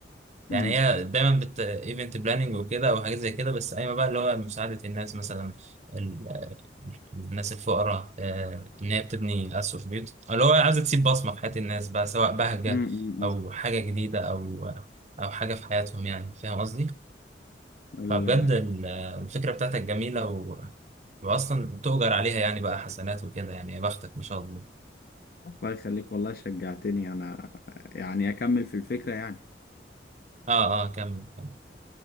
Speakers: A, on the left; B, on the right.
A: مم.
B: يعني هي دايما بت ايفنت بلاننج وكده او حاجات زي كده بس قايمه بقى اللي هو مساعده الناس مثلا ال... الناس الفقراء آه، ان هي بتبني اسقف بيوت أو اللي هو عايزه تسيب بصمه في حياه الناس بقى سواء بهجه
A: مم، مم،
B: او
A: مم.
B: حاجه جديده او او حاجه في حياتهم يعني فاهم قصدي
A: ال...
B: فبجد ال- الفكره بتاعتك جميله و... واصلا تؤجر عليها يعني بقى حسنات وكده يعني يا بختك ما شاء الله
A: الله يخليك والله شجعتني أنا يعني أكمل في الفكرة يعني
B: اه اه كمل كمل